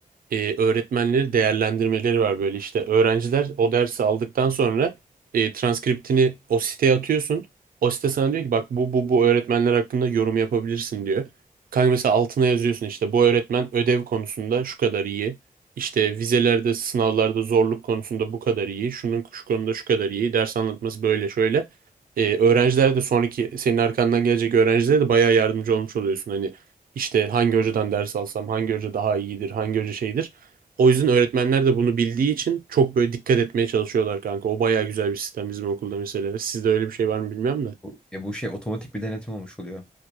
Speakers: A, on the right; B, in the centre.
A: e, öğretmenleri değerlendirmeleri var böyle işte öğrenciler o dersi aldıktan sonra e, transkriptini o siteye atıyorsun. O site sana diyor ki bak bu bu bu öğretmenler hakkında yorum yapabilirsin diyor. Kanka mesela altına yazıyorsun işte bu öğretmen ödev konusunda şu kadar iyi. İşte vizelerde, sınavlarda zorluk konusunda bu kadar iyi. Şunun şu konuda şu kadar iyi. Ders anlatması böyle şöyle. E, öğrenciler de sonraki senin arkandan gelecek öğrencilere de bayağı yardımcı olmuş oluyorsun. Hani işte hangi hocadan ders alsam, hangi hoca daha iyidir, hangi hoca şeydir. O yüzden öğretmenler de bunu bildiği için çok böyle dikkat etmeye çalışıyorlar kanka. O bayağı güzel bir sistem bizim okulda mesela. Sizde öyle bir şey var mı bilmiyorum da.
B: Bu, ya bu şey otomatik bir denetim olmuş oluyor.